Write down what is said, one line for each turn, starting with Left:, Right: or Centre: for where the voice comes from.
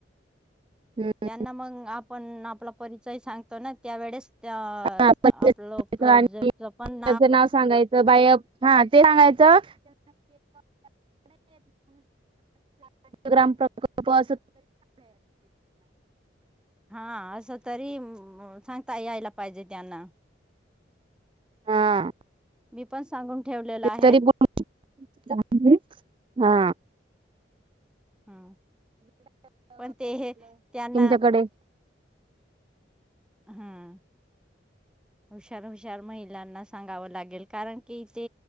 Right: हम्म
Centre: त्यांना मग आपण आपला परिचय सांगतो ना त्यावेेळेस त्या
Right: ह
Centre: आपलं प्रोजेक्टच
Right: आणि
Centre: पण
Right: नाव सांगायचं बायप हा ते सांगायचं ्राम प्रकल्प अस
Centre: हा असं तरी सांगता यायला पाहिजे त्यांना
Right: हा
Centre: मी पण सांगून ठेवलेलं
Right: ते
Centre: आहे
Right: तरी प हा
Centre: हम्म पण ते हे त्यांना
Right: तमच्याकडे
Centre: हम हुशार हुशार महिलांना सांगावं लागेल कारण कि ते